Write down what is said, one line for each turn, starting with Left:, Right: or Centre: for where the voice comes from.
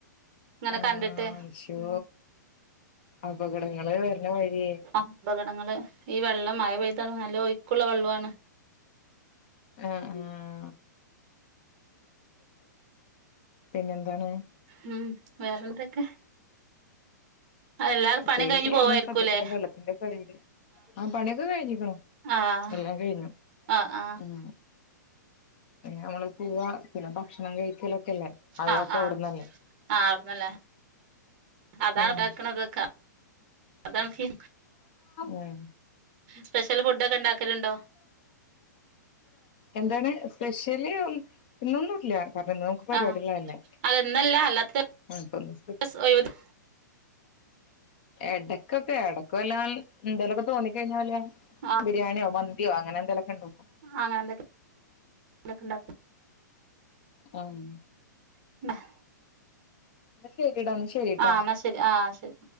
Right: ഇങ്ങനെ
Left: ആഹ്
Right: കണ്ടിട്ടേ
Left: ശോ
Right: ഉം
Left: അപകടങ്ങള് വരണ വഴിയേ
Right: അപകടങ്ങള്, ഈ വെള്ളം മഴ പെയ്താൽ നല്ല ഒയുക്കുള്ള വെള്ളമാണ്
Left: ആഹ് ആഹ് പിന്നെ എന്താണ്
Right: ഉം വേറെന്തൊക്കെ എല്ലാ പണിം
Left: പേടിയാണ്
Right: കഴിഞ്ഞ് പോവായിരിക്കൂല്ലേ
Left: സതൃത്തില് വെള്ളത്തിന്റെ <unintelligible> ആഹ് പണിയൊക്കെ കഴിഞ്ഞിക്കണു
Right: ആഹ്
Left: എല്ലാം കഴിഞ്ഞു
Right: ആഹ് ആഹ്
Left: ഉം നമ്മള് പൂവ്വാ പിന്നെ ഭക്ഷണം കഴിക്കലൊക്കെല്ലേ അതൊക്കെ
Right: ആഹ് ആഹ്
Left: അവിടുന്നന്യാ
Right: ആഹ് അവിടുന്നാല്ലേ അതാണ്
Left: ഉം
Right: പെയക്ക്ണതക്കെ, അതണ്ക്കി
Left: ഉം
Right: സ്പെഷ്യല് ഫുഡ് ഒക്കെ ഉണ്ടാക്കലുണ്ടോ
Left: എന്താണ് സ്പെഷ്യല് ഇന്നൊന്നും ഇല്ല കാരണം ന്ന് ക്ക് പരിപാടികളന്നേ
Right: ആഹ്
Left: <inaudible>
Right: അല്ല ഇന്നല്ല അല്ലാത്ത ദിവസം ഒഴിവ്
Left: എടക്കൊക്കെ എടക്ക് വല്ലാ എന്തേലൊക്കെ തോന്നി കഴിഞ്ഞാ വല്ല
Right: ആഹ്
Left: ബിരിയാണിയോ മന്തിയോ അങ്ങനെ എന്തെലൊക്കെ ഉണ്ടാക്കും
Right: അങ്ങനെ എന്തൊക്കെ <inaudible> ഉണ്ടാക്കും
Left: ഒന്ന-
Right: <unintelligible>
Left: എന്നാ ശരിടാ ശരിട്ടോ
Right: ആഹ് എന്നാ ശരി ആഹ് ശരി